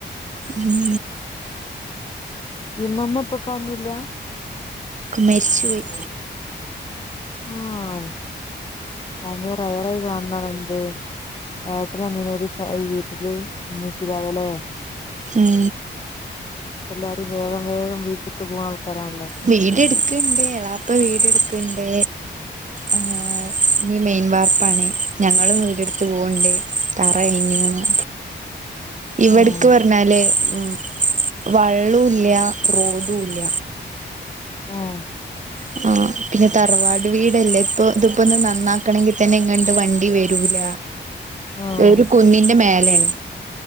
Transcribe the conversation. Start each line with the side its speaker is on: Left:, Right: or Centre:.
Right: ഉം
Left: ഇമ്മമ്മ ഇപ്പപ്പ ന്നൂല്ല
Right: മെരിച്ചുപോയി.
Left: ആഹ് ഭയങ്കരരയറെ കാണന്നതെന്ത് ഏട്ടന് അനിയനൊരു വീട്ടില് മ്മീംപ്പീമ്മ് ല്ലാതെലേ
Right: ഉം
Left: പ്പെല്ലാരും വേഗം വേഗം വീട്ടത്ത് പോന്ന ആൾക്കാരാണല്ലോ
Right: വീടിട്ക്കണ്ട് എളാപ്പ വീട് എടുക്കണ്ട് ആഹ് ഇഞ് മെയിൻവാർപ്പാണ് ഞങ്ങളും വീടെടുത്ത് പോവണ്ട് തറ അയ്ഞ്ഞുകണു ഇവിടക്ക്
Left: ഉം
Right: പറഞ്ഞാല് ഉം വള്ളൂല്ല റോഡൂല്ല
Left: ഉം
Right: ഉം <unintelligible> ആഹ് പിന്നെ തറവാട് വീടല്ലേ ഇപ്പൊ ഇതിപ്പോ ന്ന് നന്നാക്കണങ്കിൽ തന്നെ ഇങ്ങണ്ട് വണ്ടി വരൂല
Left: ഉം
Right: ഒരു കുന്നിന്റെ മേലെയാണ്